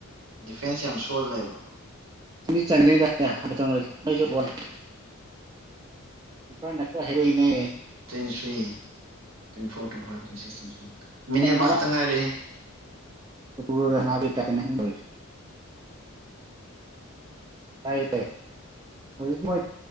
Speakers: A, on the right; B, on the right.
A: ꯗꯤꯐꯦꯟꯁ ꯌꯥꯝ ꯁꯣꯜꯂꯦꯕ
B: <unintelligible> ꯀꯤꯄꫪꯅ ꯈꯔ ꯍꯩꯕꯒꯤꯅꯦ
A: twenty three twenty four twenty five twenty six twenty seven minute ꯑꯃꯈꯛꯇꯪ
B: ꯉꯔꯥꯡ
A: ꯉꯥꯏꯔꯦ
B: <unintelligible> ꯇꯥꯏꯌꯦ ꯇꯥꯏ ꯍꯧꯖꯤꯛ ꯃꯣꯏ